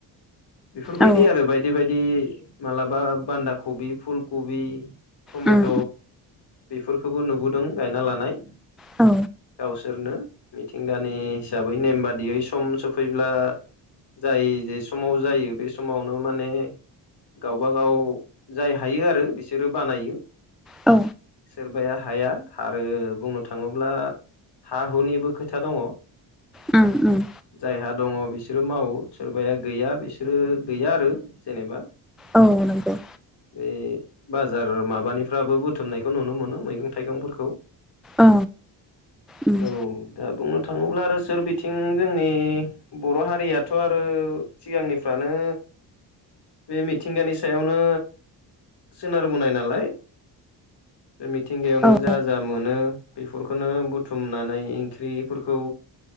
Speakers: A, on the left; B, in the centre.
A: बेफोरबायदि
B: औ
A: आरो बायदि बायदि मालाबा बान्दा कबि फुल कबि टमेट'
B: उम
A: बेफोरखौबो नुबोदों गायना लानाय
B: औ
A: गावसोरनो मिथिंगानि हिसाबै नेम बादियै सम सफैब्ला जाय जे समाव जायो बे समावनो माने गावबाागाव जाय हायो आरो बिसोरो बानायो
B: औ
A: सोरबाया हाया आरो बुंनो थाङोब्ला हा हुनिबो खोथा दङ
B: ओम ओम
A: जायहा दङ बिसोरो मावो सोरबाया गैया बिसोरो गैया आरो जेनेबा
B: औ नंगौ
A: बे बाजार माबानिफ्राबो बुथुमनायखौ नुनो मोनो मैगं थाइगंफोरखौ
B: औ उम
A: औ दा बुंनो थाङोब्ला आरो सोर बिथिं जोंनि बर' हारियाथ' आरो सिगांनिफ्राय फ्रानो बे मिथिंगानि सायावनो सोनारबोननाय नालाय बे मिथिंगायावनो
B: औ
A: जा जा मोनो बेफोरखौनो बुथुमनानै ओंख्रिफोरखौ